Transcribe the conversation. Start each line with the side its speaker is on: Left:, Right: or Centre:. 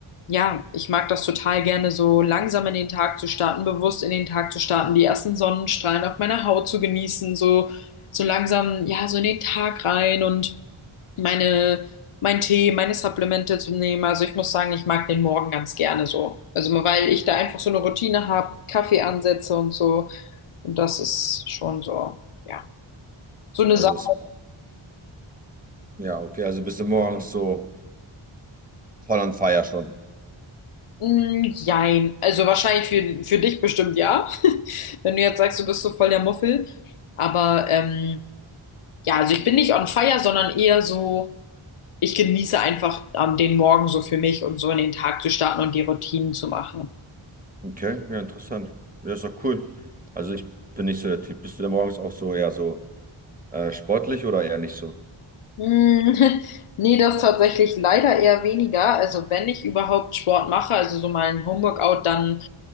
Left: ja, ich mag das total gerne, so langsam in den Tag zu starten, bewusst in den Tag zu starten, die ersten Sonnenstrahlen auf meiner Haut zu genießen, so, so langsam, ja, so in den Tag rein und meine, mein Tee, meine Supplemente zu nehmen. Also ich muss sagen, ich mag den Morgen ganz gerne so. Also weil ich da einfach so eine Routine habe, Kaffee ansetze und so. Und das ist schon so, ja. So eine
Right: Also,
Left: Sache.
Right: es- ja, okay, also bist du morgens so voll on fire schon.
Left: Mm, jein. Also wahrscheinlich für, für dich bestimmt ja. <laughs> Wenn du jetzt sagst, du bist so voll der Muffel. Aber ähm, ja, also ich bin nicht on fire, sondern eher so, ich genieße einfach ähm, den Morgen so für mich und so in den Tag zu starten und die Routinen zu machen.
Right: Okay, ja, interessant. Ja, ist doch cool. Also ich bin nicht so der Typ. Bist du denn morgens auch so eher so äh, sportlich oder eher nicht so?
Left: Hm, <laughs> Nee, das tatsächlich leider eher weniger. Also wenn ich überhaupt Sport mache, also so mal ein Homeworkout, dann